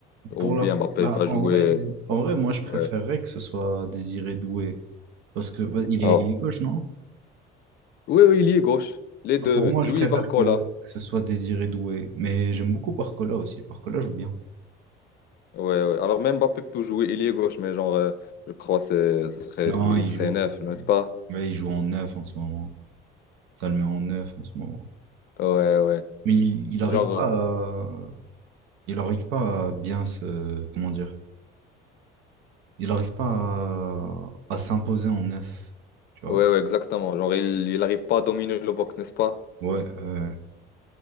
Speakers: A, on the left; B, on the right.
A: Ou
B: pour
A: bien
B: la France,
A: Mbappé
B: bah,
A: va
B: en
A: jouer.
B: vrai, en vrai, moi, je préférerais
A: Ouais.
B: que ce soit Désiré Doué. Parce que, bah, il
A: Ah
B: est ailier gauche, non?
A: Oui, oui, il est gauche. Les deux,
B: Pour moi,
A: lui
B: je préfère
A: et Barcola.
B: que, que ce soit Désiré Doué, mais j'aime beaucoup Barcola aussi. Barcola joue bien.
A: Ouais, ouais. Alors même Mbappé peut jouer il est gauche, mais genre, euh, je crois que ça serait,
B: Non,
A: il
B: il
A: serait
B: joue,
A: neuf, n'est-ce pas?
B: ouais, il joue en neuf en ce moment. Ça le met en neuf en ce moment.
A: Ouais, ouais.
B: Mais il, il arrive
A: Genre,
B: pas à, il arrive pas à bien se, comment dire, il arrive pas à, à s'imposer en neuf, tu vois.
A: euh, ouais, ouais, exactement. Genre, il, il arrive pas à dominer le box, n'est-ce pas?
B: Ouais, ouais.